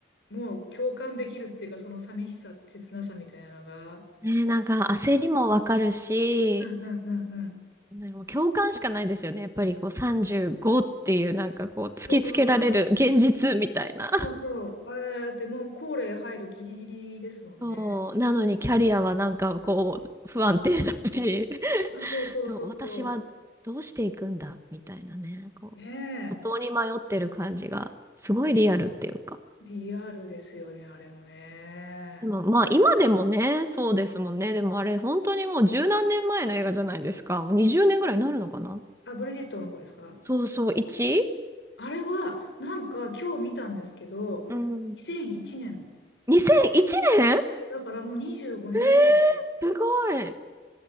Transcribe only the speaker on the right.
ね、なんか焦りもわかるし、
なんかもう共感しかないですよね。やっぱりこう35っていうなんかこう突きつけられる現実みたいな。
そう。なのにキャリアはなんかこう不安定だし、
と私はどうしていくんだみたいなね。こ
う、途方に迷ってる感じがすごいリアルっていうか。
でもまあ今でもね、そうですもんね。でもあれ本当にもう十何年前の映画じゃないですか。もう20年ぐらいになるのかな
そうそう、1?
うん。
2001年
えーすごい。